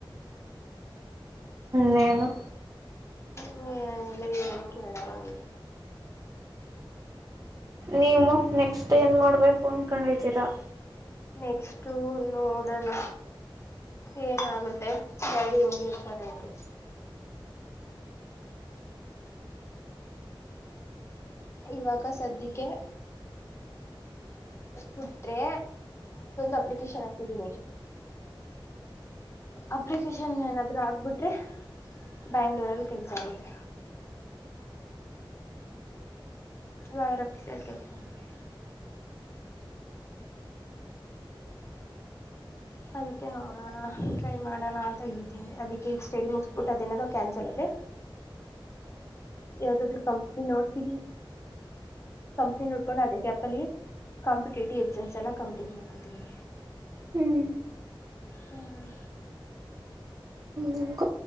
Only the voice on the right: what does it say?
ನೇನು
ನೀವು ನೆಕ್ಸ್ಟ್ ಏನ್ ಮಾಡ್ಬೇಕು ಅನ್ಕೊಂಡಿದ್ದೀರಾ
ಹ್ಮ್
ಹಂಗ